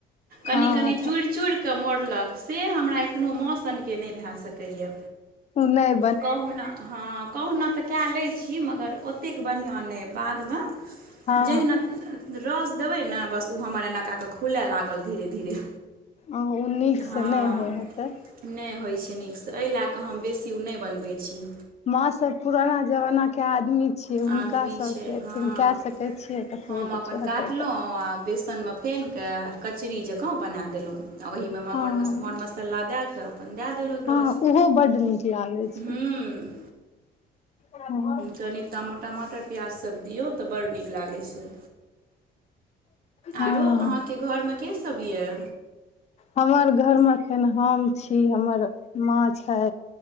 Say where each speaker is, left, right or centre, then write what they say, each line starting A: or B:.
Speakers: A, on the right (about 60°); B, on the left (about 40°).
A: कनि
B: हँ
A: कनि चुड़ि चुड़ि कऽ मोड़लक से हमरा एखनो मां सनके नहि भए सकैए
B: उ नइ
A: कहुना हँ कहुना तऽ कए लैत छी मगर ओतेक बढ़िआँ नइ बादमे
B: हँ
A: जहिना रस देबै ने बस ओ हमर एना कए कऽ खुलय लागल धीरे धीरे
B: ओ नीकसँ
A: हँ
B: नहि होइ हेतै
A: नहि होइ छै नीकसँ एहि लए कऽ हम बेसी नहि बनबै छि
B: माँ सभ पुराना जमाना के आदमी छियै हुनका
A: आदमी
B: सभके
A: छै
B: अथिन
A: हँ
B: कै सकैत छियै कतबो
A: हम
B: किछो
A: अपन काटलहुँ
B: हेतै तऽ
A: आ बेसनमे फेन कऽ कचरी जकाँ बना देलहुँ आ ओहिमे मर
B: हँ
A: मर मसल्ला दए कऽ अपन दए देलहुँं
B: हँ
A: रस
B: ओहो बड नीक लागै छै
A: हूँ
B: हँ
A: कनि टमाटर प्याज सभ दियौ तऽ बड़ नीक लागैत छै
B: हँ
A: आरो अहाँके घरमे के सब यऽ
B: हमर घरमे एखन हम छी हमर माँ छै